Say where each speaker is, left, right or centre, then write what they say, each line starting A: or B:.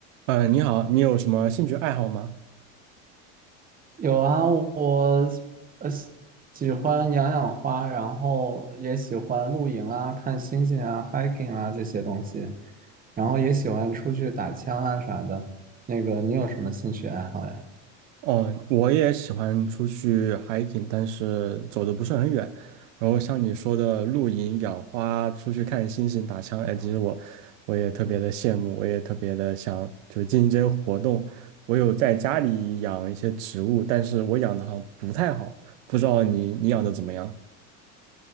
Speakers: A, on the right; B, on the right.
A: 呃，你好，你有什么兴趣爱好吗？
B: 有啊，我呃喜喜欢养养花，然后也喜欢露营啊、看星星啊、hiking 啊这些东西，然后也喜欢出去打枪啊啥的。那个，你有什么兴趣爱好呀？
A: 哦，我也喜欢出去 hiking，但是走的不是很远。然后像你说的露营、养花、出去看星星、打枪，哎，其实我我也特别的羡慕，我也特别的想就是进行这些活动。我有在家里养一些植物，但是我养的好像不太好，不知道你你养的怎么样？